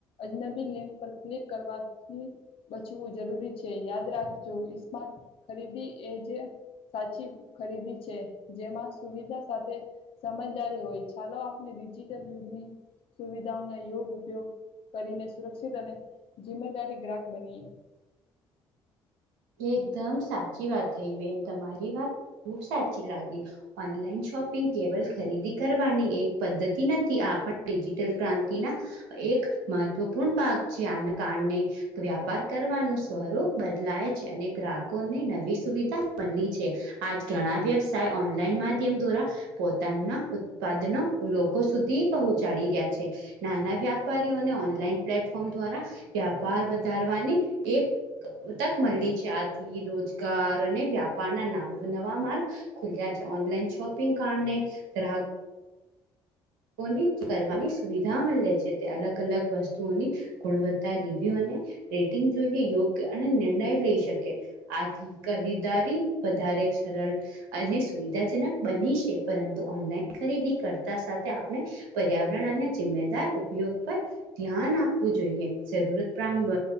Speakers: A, on the left (about 55°); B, on the right (about 80°).
A: અજનબી લિંક પર ક્લિક કરવા થી બચવું જરૂરી છે. યાદ રાખજો ઈસ્માત ખરીદી એ જે સાચી ખરીદી છે જેમાં સુવિધા સાથે સમજદારી હોય ચાલો, આપને ડિજિટલ યુગને સુવિધાઓના યોગ ઉપયોગ કરીને, સુરક્ષિત અને જિમ્મેદારી ગ્રાહક બનીએ.
B: એકદમ સાચી વાત થઈ બેન તમારી વાત ખુબ સાચી લાગી ઓનલાઈન શોપિંગ કેવલ ખરીદી કરવાની એક પદ્ધતિ નથી. આ પણ ડિજિટલ ક્રાંતિના એક મહત્વપૂર્ણ ભાગ છે આન કારણે વ્યાપાર કરવાનું સ્વરૂપ બદલાય છે અને ગ્રાહકોને નવી સુવિધા મલી છે. આજ ઘણા વ્યવસાય ઓનલાઈન માધ્યમ દોરા પોતાના ઉત્પાદનો લોકો સુધી પૌહચાડી રહ્યા છે નાના વ્યાપારીઓને ઓનલાઈન પ્લેટફોર્મ દ્વારા વેપાર વધારવાની એક તક મલી છે. આથી રોજગાર અને વ્યાપારના નામો નવા માર્ગ ખુલ્યા છે. ઓનલાઈન શોપિંગ કારને ગ્રાહક કોની કરવાની સુવિધા મલે છે. તે અલગ અલગ વસ્તુઓની ગુણવત્તા રિવ્યુ અને રેટિંગ જોઈએ યોગ્ય અને નિર્ણય લઈ શકે આથી કરીદારી વધારે સરળ અને સુવિધાજનક બની છે, પરંતુ ઓનલાઈન ખરીદી કરતાં સા તે આપણે પર્યાવરણ અને જિમ્મેદાર ઉપયોગ પર ધ્યાન આપવું જોઈએ જરૂરત પ્રાણબ